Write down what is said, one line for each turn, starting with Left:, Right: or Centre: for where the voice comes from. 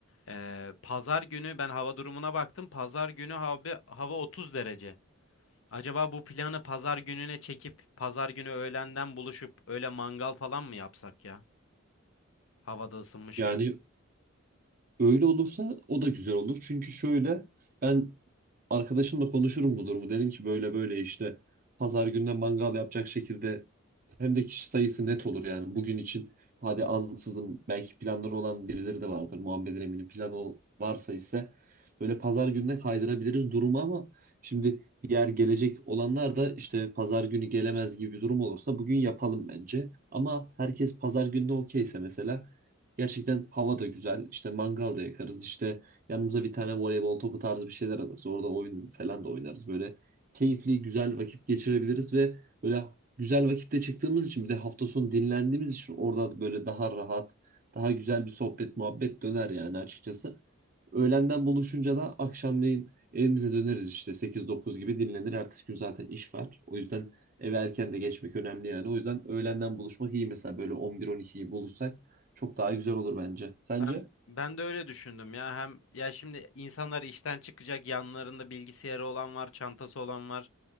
Left: eee, pazar günü ben hava durumuna baktım. Pazar günü abi hava 30 derece. Acaba bu planı pazar gününe çekip pazar günü öğlenden buluşup öyle mangal falan mı yapsak ya? Havada ısınmışken.
Right: Yani Öyle olursa o da güzel olur. Çünkü şöyle ben arkadaşımla konuşurum bu durumu. Derim ki böyle böyle işte pazar gününe mangal yapacak şekilde hem de kişi sayısı net olur yani. Bugün için hadi ansızın belki planları olan birileri de vardır. Muhammed'in eminim planı ol- varsa ise böyle pazar gününe kaydırabiliriz durumu ama şimdi diğer gelecek olanlar da işte pazar günü gelemez gibi bir durum olursa bugün yapalım bence. Ama herkes pazar gününe okeyse mesela Gerçekten hava da güzel. İşte mangal da yakarız. İşte yanımıza bir tane voleybol topu tarzı bir şeyler alırız. Orada oyun falan da oynarız. Böyle keyifli, güzel vakit geçirebiliriz ve böyle güzel vakitte çıktığımız için bir de hafta sonu dinlendiğimiz için orada böyle daha rahat, daha güzel bir sohbet, muhabbet döner yani açıkçası. Öğlenden buluşunca da akşamleyin evimize döneriz işte sekiz dokuz gibi dinlenir. Ertesi gün zaten iş var. O yüzden eve erken de geçmek önemli yani. O yüzden öğlenden buluşmak iyi mesela böyle 11-12'yi buluşsak çok daha güzel olur bence. Sence?
Left: Ben ben de öyle düşündüm ya hem ya şimdi insanlar işten çıkacak yanlarında bilgisayarı olan var, çantası olan var.